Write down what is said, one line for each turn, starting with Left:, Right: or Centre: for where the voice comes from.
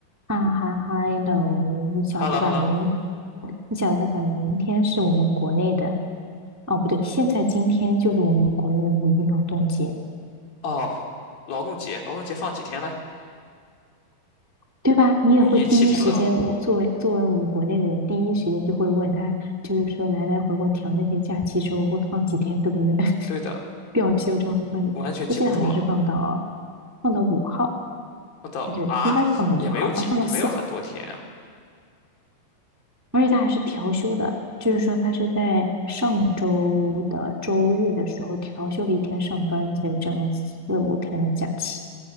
Centre: 啊哈哈 h e 你晓得吧？
Left: h e l l o h e l l
Centre: 明，
Left: o
Centre: 你晓得吧？明天是我们国内的，哦，不对，现在今天就是我们国内的五一劳动节，
Left: 哦，劳动节，劳动节放几天呢？
Centre: 对吧？你也会第一时间，
Left: 五一七天乐。
Centre: 我作为作为我们国内的人，第一时间就会问他，就是说来来回回调那些假期之后会放几天，对不对？<laughs>
Left: 对的，
Centre: 调休之后放几，
Left: 我完全记不住了。
Centre: 我记得好像是放到放到五号，
Left: 我到啊，
Centre: 还是应该是放到五号啊，
Left: 也没有几，
Centre: 放到四号。
Left: 也没有很多天啊。
Centre: 而且他还是调休的，就是说他是在上周的周日的时候调休了一天上班，才有这样子四五天的假期，